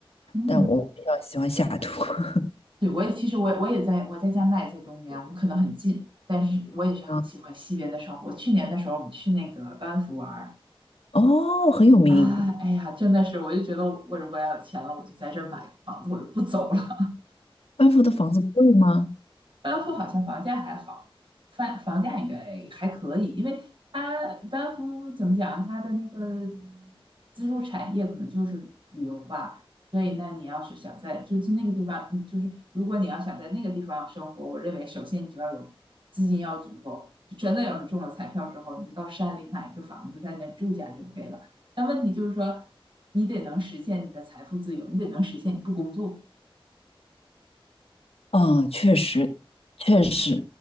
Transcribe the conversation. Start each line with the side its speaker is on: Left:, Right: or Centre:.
Right: 嗯，
Left: 但我比较喜欢下雅图。<laughs>
Right: 对，我也其实我也我也在我在加拿大也在东边，我们可能很近，但是我也是很喜欢西边的生活。
Left: 啊，
Right: 去年的时候，我们去那个班夫玩儿
Left: 哦，很有名，
Right: 啊，哎呀，真的是，我就觉得我如果要有钱了，我就在这儿买个房子，我就不走了。
Left: 班福的房子贵吗？
Right: 班夫好像房价还好，房房价应该还可以，因为它班夫怎么讲，它的那个支柱产业可能就是旅游吧，所以那你要是想在就是那个地方，你就是如果你要想在那个地方生活，我认为首先你就要有资金要足够，就真的有人中了彩票之后，你就到山里买一个房子在那住下就 OK 了。但问题就是说，你得能实现你的财富自由，你得能实现你不工作。
Left: 哦，确实，确实，
Right: 嗯